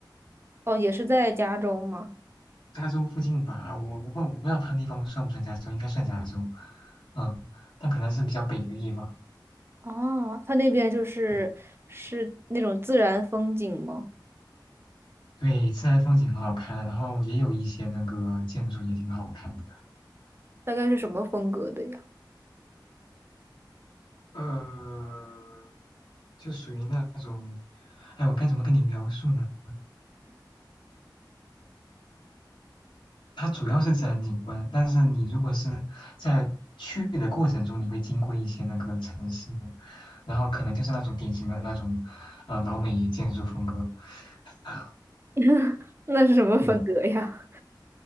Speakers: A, on the right; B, on the left.
A: 哦，也是在加州吗？
B: 加州附近吧，我我不我不知道它那地方算不算加州，应该算加州，嗯，但可能是比较北的地方。
A: 哦，它那边就是是那种自然风景吗？
B: 嗯，对，自然风景很好看，然后也有一些那个建筑也挺好看的。
A: 大概是什么风格的呀？
B: 呃，就属于那种，哎，我该怎么跟你描述呢？它主要是自然景观，但是你如果是在去的过程中，你会经过一些那个城市，然后可能就是那种典型的那种，呃，老美建筑风格。<laughs>
A: <laughs> 那是什么风格呀？
B: 对，